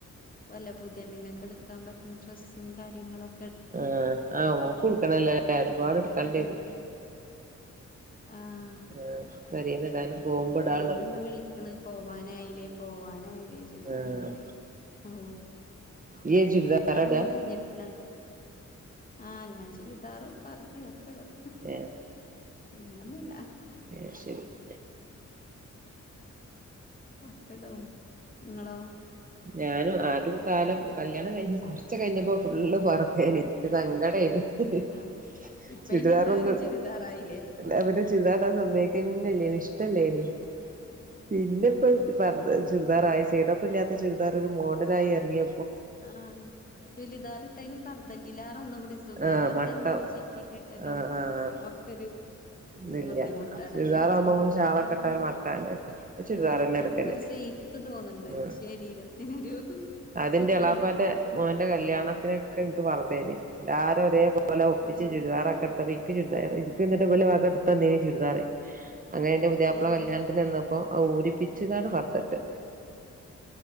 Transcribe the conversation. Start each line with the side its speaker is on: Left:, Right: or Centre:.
Left: ഇപ്പൊല്ലേ പുതിയെണ്ണിനൊക്കെ എടുക്കാൻ പറ്റുന്ന ഡ്രസ്സും കാര്യങ്ങളും
Right: ആഹ് ആഹ് ഓൾക്കുട്കണല്ലേ ഒരുപാട് ഇട്കണ്ടി
Left: കടകള്
Right: വരും
Left: ആഹ്
Right: ആഹ് പെരേന്ന് ഇടാനും പോവുമ്പ ഇടാനുള്ളത്
Left: <unintelligible> ക്ക്ണ് പോവാനായിലേ പോവാനായി ലേ ചോയ്ക്ക്ണ്
Right: ആഹ്
Left: ഉംഹ്
Right: ഇയ്യ് ചുരിദാറാ
Left: നിക്കാഹൊന്നും
Right: ഇടാ
Left: കഴിഞ്ഞിട്ടില്ല ആഹ് ഞാൻ ചുരിദാറും പർതേം ഒക്കെടും
Right: ഏഹ്
Left: ഇങ്ങനൊന്നുല്ല
Right: <unintelligible>
Left: ഇപ്പൊ ഒക്കെടും ഇങ്ങളോ
Right: ഞാനും ആരു കാലം കല്യാണം കഴിഞ്ഞ് ച്ചകഴിഞ്ഞപ്പോ ഫുള്ള് പർതേനി എനിക്ക് സങ്കടേയ്നി ഹ്ഹ്
Left: ആഹ് ഇപ്പ
Right: ചുരിദാറൊന്നും
Left: അയിന് എല്ലാരും ചുരിദാറായില്ലേ
Right: എല്ലാ പിന്നെ ചുരിദാറിടാൻ സമ്മേയ്ക്കന്നല്ലേനി ഇഷ്ടല്ലേനി
Left: ഏഹ്
Right: പിന്നിപ്പൊടു പർദ ചുരിദാറായി സൈഡ് ഓപ്പൺ ഇല്ലാത്ത ചുരിദാർ ഒരു മോഡലായി എറങ്ങിയ
Left: ആഹ് ചുലിദാറിട്ടയ്ന് പർതന്റീലാറൊന്നു കൂടി സുഖം
Right: ആഹ്
Left: പർതാവുമ്പ
Right: മട്ടം
Left: നമ്മള് ചി റ്റി കെട്ടലും
Right: ആഹ് ആഹ്
Left: ഒക്കൊരു
Right: ഇതില്ല
Left: ബുദ്ധിമുട്ടാണ്
Right: ചുരിദാറാകുമ്പോ
Left: അതോയ്ച്ചുംന്താണ്
Right: നമ്മള് ഷാളൊക്കെ ഇട്ടാ ഒരു മട്ടാണ് ഇപ്പൊ ചുരിദാറന്നെ
Left: ആഹ് നമുക്കൊരു
Right: എടുക്കല്
Left: സേയ്ഫ് തോന്ന്ണ്ട്
Right: ഉം
Left: ശരീരത്തിനൊരു
Right: അതിന്റെ
Left: സുഖാണ്
Right: എളാപ്പാന്റെ
Left: ഇപ്പൊ
Right: മോൻ ന്റെ കല്യാണത്തിനെക്കെ നിക്ക് പർദേനി എല്ലാരും ഒരേപോലെ ഒപ്പിച്ച്
Left: ഏഹ്
Right: ചുരിദാറൊക്കെ എട് ഇന്ക് ചുരിദാറ് ഇന്ക് ഇന്നിട്ട് ഇവലെ വക ഇട്ത്തന്നീനി ചുരിദാറ് അങ്ങനെ ഇന്റെ പുതിയാപ്പ്ള
Left: ഏഹ്
Right: കല്യാണത്തിന് വന്നപ്പോ അത് ഊരിപ്പിച്ച് കാണ്ട് പർദ്ദട്ട്